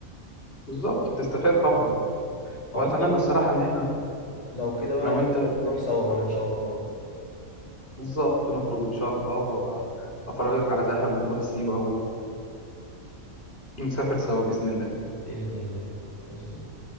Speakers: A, on the left; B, on the left.
A: بالظبط بتستفاد طبعا
B: خلاص
A: واتمنى
B: لو
A: الصراحه ان احنا
B: لو كده بقى
A: انا وانت
B: نحب نروح سوا بقى ان شاء الله
A: بالظبط نخرج ان شاء الله وافرجك على دهب ونروح سيوه ونسافر سوا باذن الله
B: بإذن الله بإذن الله